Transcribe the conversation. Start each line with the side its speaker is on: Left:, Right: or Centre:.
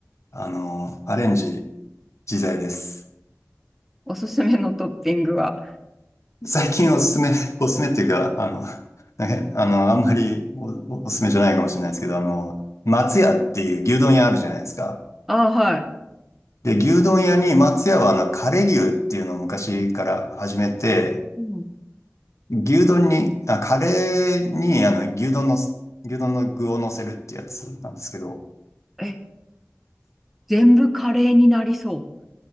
Left: あの、アレンジ自在です。
Centre: おすすめのトッピングは。
Left: 最近おすすめ、<laughs> おすすめっていうか、あの、なんかあの、あんまりお、おすすめじゃないかもしれないですけど、あの、松屋っていう牛丼屋あるじゃないですか。
Centre: あ、はい。
Left: で、牛丼屋に松屋はあの、カレー牛っていうのを昔から始めて、
Centre: うん、
Left: 牛丼に、あ、カレーにあの、牛丼の、牛丼の具を乗せるってやつなんですけど、
Centre: え、全部カレーになりそう。